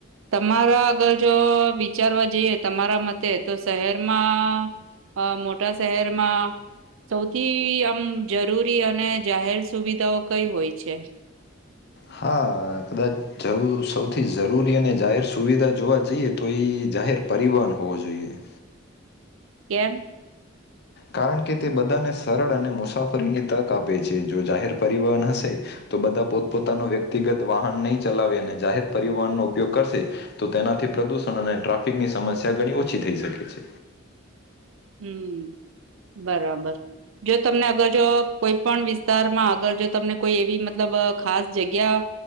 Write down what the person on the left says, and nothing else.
હા કદાચ જ સૌથી જરૂરી અને જાહેર સુવિધા જોવા જઈએ તો એ જાહેર પરિવહન હોવો જોઈએ
કારણ કે તે બધાને સરળ અને મુસાફરીની તક આપે છે જો જાહેર પરિવહન હશે તો બધા પોતપોતાનો વ્યક્તિગત વાહન નહી ચલાવે અને જાહેર પરિવહનનોો ઉપયોગ કરશે તો તેનાથી પ્રદુષણ અને ટ્રાફિકની સમસ્યા ઘણી ઓછી થઈ શકે છે